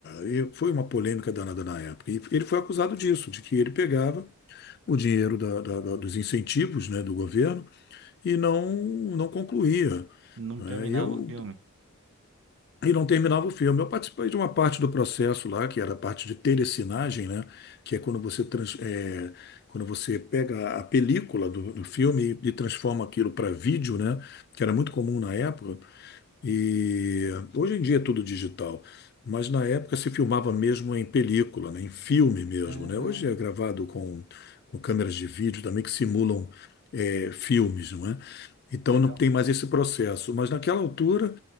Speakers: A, on the left; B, on the right.
A: e foi uma polêmica danada na época. E ele foi acusado disso, de que ele pegava o dinheiro da- da- da- dos incentivos, né, do governo e não, não concluía.
B: Não
A: né?
B: terminava
A: E eu,
B: o filme.
A: e não terminava o filme. Eu participei de uma parte do processo lá, que era a parte de telecinagem, né, que é quando você, trans- é, quando você pega a película do, do filme e, e transforma aquilo para vídeo, né, que era muito comum na época. E hoje em dia é tudo digital, mas na época se filmava mesmo em película, né, em filme mesmo,
B: Ah,
A: né? Hoje é gravado com, com câmeras de vídeo também que simulam eh, filmes, não é? Então
B: legal.
A: não tem mais esse processo. Mas naquela altura,